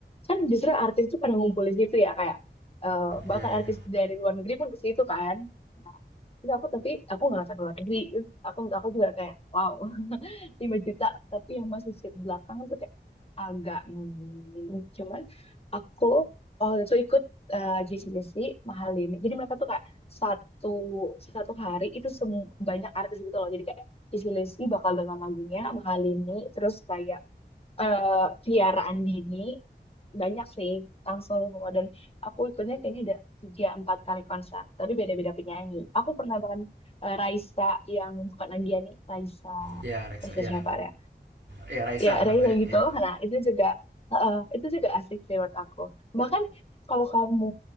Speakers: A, on the left (about 35°); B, on the right (about 75°).
A: kan justru artis tuh pada ngumpul di situ ya kayak eh, bahkan
B: Iya,
A: artis
B: iya.
A: dari luar negeri pun ke situ kan nah, terus aku tapi aku nggak nonton luar negeri Terus aku aku juga kayak wow <laughs> lima juta tapi yang masih seat belakang tuh kayak agak hmm, cuman aku oh itu ikut eh, JCBC mahal ini jadi mereka tuh kayak satu satu hari itu sem banyak artis gitu loh jadi kayak G C JCBC bakal dengan lagunya mahal ini terus kayak eh Tiara Andini banyak sih langsung semua dan aku ikutnya kayaknya ada tiga empat kali konser tapi beda-beda penyanyi aku pernah bahkan eh, Raisa yang bukan Andiani Raisa
B: Iya, Reza,
A: Raisa
B: iya.
A: siapa ya
B: ya Raisa
A: ya
B: namanya
A: Reza gitu
B: ya
A: nah itu juga eh, itu juga asik sih menurut aku bahkan kalau kamu